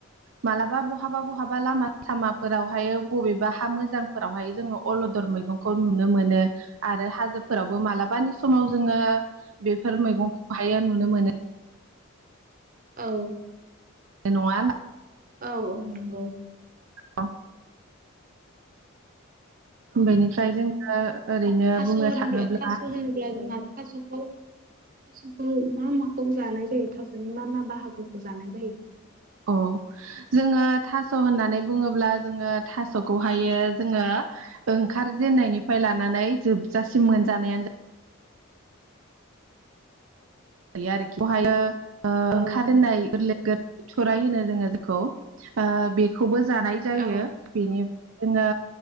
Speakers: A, on the right; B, on the right.
A: मालाबा बहाबा बहाबा लामा लामाफोरावहाय बबेबा हा मोजांफोरावहाय जोङो अलदर मैगंखौ नुनो मोनो आरो हाजोफोरावबो मालाबानि समाव आव जोङो बेफोर मैगंखौहायो नुनो मोनो
B: औ
A: ए नङा होनदां
B: औ नंगौ
A: <unintelligible>
B: औ
A: बेनिफ्राय जोङो ओरैनो
B: था थास'
A: बुंनो
B: होनोब्ला
A: थाङोब्ला
B: थास' होनोब्ला जोंहा थास'खौ थास'खौ मा माखौ जानाय जायो थास'नि मा मा बाहागोखौ जानाय जायो
A: औ जोङो थास' होननानै बुङोब्ला जोङो थास'खौहायो जोङो ओंखारजेननायनिफ्राय लानानै जोबजासिम मोनजानायानो आरोखि बेवहायो ओंखारजेननाय
B: औ
A: गोरलै गोरलै बिथ'राइ होनो जोङो जेखौ बेखौबो जानाय जायो
B: औ
A: बेनि जोङो